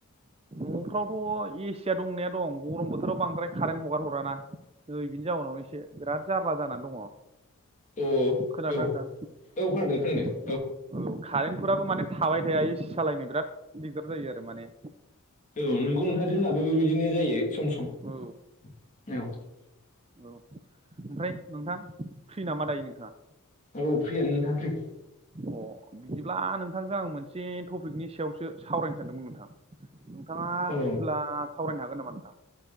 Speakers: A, on the right; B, on the left.
A: न'फ्रावथ' एसिया दंनाया दं गरम बोथोराव बांद्राय कारेन्ट हगार हराना नै बिनि जाउनाव एसे बिराद जार्ला जानानै दङ।
B: अ औ
A: खोनादोंना
B: औ
A: नोंथां
B: औ खोनादों खोनादों
A: औ कारेन्टफोराबो माने थाबाय थाया एसि सालायनो बिराद दिगदार जायो आरो माने
B: औ नोंगौ नोंथां जोंनाबो बेबायदिनो जायो सम सम
A: औ
B: औ
A: औ ओमफ्राय नोंथां फ्रि नामा दायो नोंथाङा
B: औ फ्रियानो नोंथा फ्रि
A: अ बिदिब्ला नोंथांजों आं मोनसे टपिकनि सायावसो सावरायनो सानदोंमोन नोंथां नोंथाङा
B: औ
A: फ्रिब्ला सावरायनो हागोन नामा नोंथां